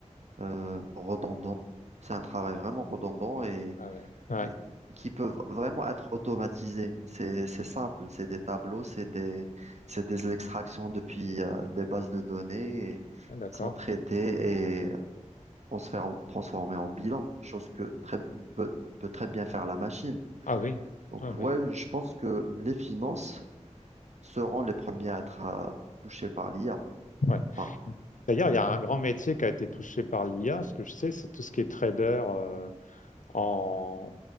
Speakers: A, on the right; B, on the left.
A: euh, redondant. C'est un travail vraiment redondant et
B: ah ouais, ouais,
A: et- qui peuvent vraiment être automatisés. C'est, c'est simple, c'est des tableaux, c'est des, c'est des extractions depuis euh, des bases de données et
B: ah, d'accord.
A: qui sont traitées et transfér- transformées en bilan, chose que très, peut, peut très bien faire la machine.
B: Ah oui.
A: Donc
B: Ouais.
A: ouais, je pense que les finances seront les premiers à être euh, touchés par l'IA.
B: Ouais.
A: Enfin,
B: D'ailleurs, il y a un grand métier qui a été touché par l'IA. Ce que je sais, c'est tout ce qui est trader euh, en,